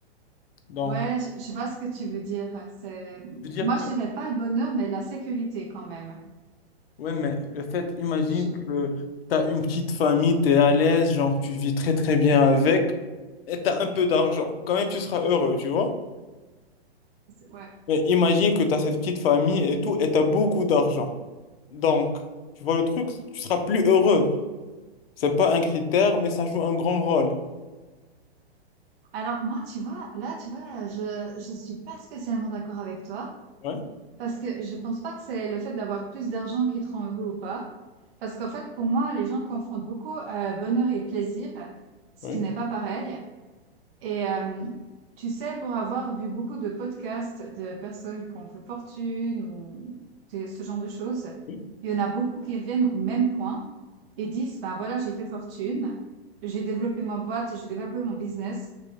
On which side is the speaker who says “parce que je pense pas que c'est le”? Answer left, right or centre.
Right